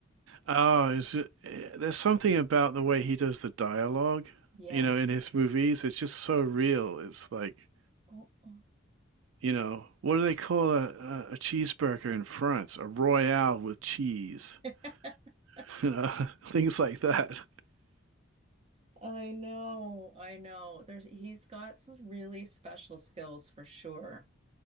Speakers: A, on the right; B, on the right.
A: Oh, is eh, there's something about the way he does the dialogue.
B: Yes.
A: You know, in his movies, it's just so real. It's like,
B: Oh, oh.
A: you know, what do they call a, a, a cheeseburger in France? A royale with cheese.
B: <laughs>
A: <laughs> You know, <laughs> things like that.
B: I know, I know. There's he's got some really special skills for sure.